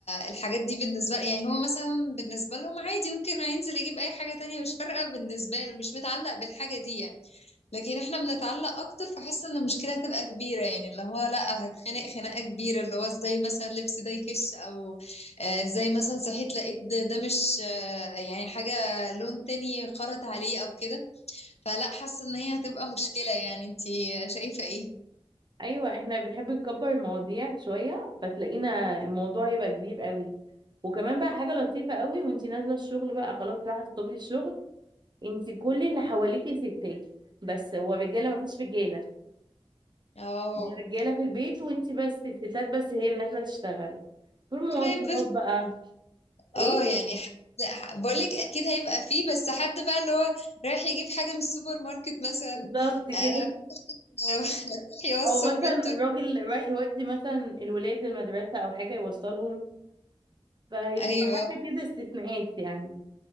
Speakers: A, on the left; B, on the right.
A: الحاجات دي بالنسبه يعني هو مثلا بالنسبه لهم عادي ممكن ينزل يجيب اي حاجه تانية مش فارقه بالنسبه له مش متعلق بالحاجه دي يعني لكن احنا بنتعلق اكتر فحس ان المشكله هتبقى كبيره يعني اللي هو لا هتخنق خناقه كبيره اللي هو ازاي مثلا لبس ده يكش او آه، ازاي مثلا صحيت لقيت ده ده مش آه، يعني حاجه لون تاني خرط عليه او كده فلا حاسه ان هي هتبقى مشكله يعني انتي شايفه ايه
B: ايوه احنا بنحب نكبر المواضيع شويه فتلاقينا الموضوع هيبقى كبير قوي وكمان بقى حاجه لطيفه قوي وانتي نازله الشغل بقى خلاص رايحه الصبح الشغل انتي كل اللي حواليكي ستات بس هو رجاله مفيش رجاله
A: اه
B: الرجاله في البيت وانتي بس الستات بس هي نازله تشتغل في المواصلات
A: كده يبقى في-
B: بقى ايه
A: اه يعني حد- بقولك اكيد هيبقى فيه بس حد بقى اللي هو رايح يجيب حاجه من السوبر ماركت مثلا
B: بالظبط كده
A: آه، <laughs> رايح يوصل
B: او مثلا
A: بنته
B: راجل رايح يودي مثلا الولاد المدرسه او حاجه يوصلهم فيبقوا
A: ايوه
B: حاجه كده استثناءات يعني